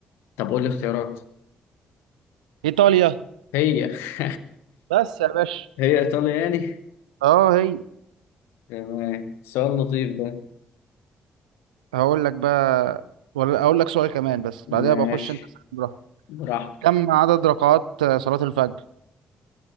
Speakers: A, on the left; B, on the right.
A: طب قول لي اختيارات
B: إيطاليا
A: هي <laughs>
B: بس يا باشا
A: هي ايطاليا يعني
B: أه هي
A: تمام سؤال لطيف ده
B: هقول لك بقى ولا أقول لك سؤال كمان بس
A: ماشي
B: بعدها بخش أنت اسأل براحتك
A: براحتك
B: كم عدد ركعات آه، صلاة الفجر؟